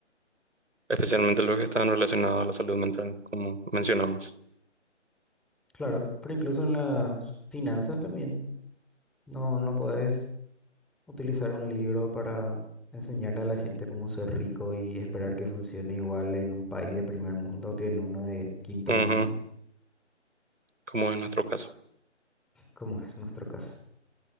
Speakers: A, on the right; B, in the centre.
A: especialmente los que están relacionados a la salud mental, como mencionamos,
B: Claro, pero incluso en las finanzas también. No, no podés utilizar un libro para enseñarle a la gente cómo ser rico y esperar que funcione igual en un país de primer mundo que en uno de quinto
A: Ujú,
B: mundo,
A: como en nuestro caso.
B: como es nuestro caso.